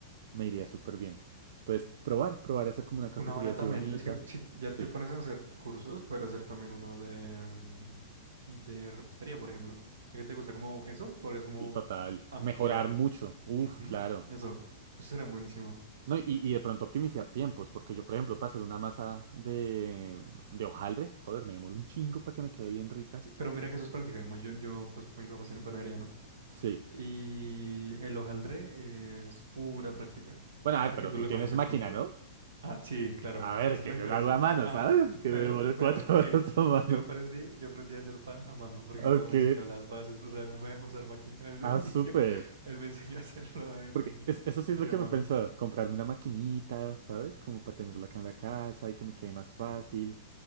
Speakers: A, on the right; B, on the right.
A: me iría súper bien. Entonces, probar, probar y hacer como una cafetería
B: Una buena
A: así
B: también,
A: bonita.
B: es que si ya
A: Sí,
B: te pones a hacer cursos, puedes hacer también uno de, mm, de repostería, por ejemplo. ¿Y que te gusta como eso? Podrías como
A: Y total.
B: ampliar.
A: Mejorar mucho. Uf,
B: Ujú,
A: claro.
B: Eso, eso sería buenísimo.
A: No, y, y de pronto optimizar tiempos, porque yo, por ejemplo, para hacer una masa de, de hojaldre, joder, me demoro un chingo para que me quede bien rica.
B: Sí, pero mira que eso es practicamos. Yo, yo, pues mis papás tienen panadería, ¿no?
A: Sí.
B: Y el hojaldre es pura práctica.
A: Bueno, a ver,
B: A
A: pero
B: que tú
A: tú
B: le
A: tienes
B: cojas el
A: máquina,
B: punto.
A: ¿no?
B: Ah, sí, claro,
A: A ver,
B: esa es
A: que
B: la diferencia.
A: yo lo hago a mano,
B: Ah,
A: ¿sabes? Que
B: pero,
A: me demoro
B: pero,
A: cuatro
B: eh,
A: <laughs> horas a mano.
B: yo aprendí, yo aprendí a hacer pan a mano, porque
A: Ok.
B: mi papá me enseñó las bases, o sea, él no me dejó usar máquina al
A: Ah,
B: <laughs> inicio,
A: súper.
B: él me enseñó a hacerlo en,
A: Porque es- eso sí es
B: hacia
A: lo que
B: mano.
A: me pensaba, comprarme una maquinita, ¿sabes? Como para tenerla acá en la casa y que me quede más fácil.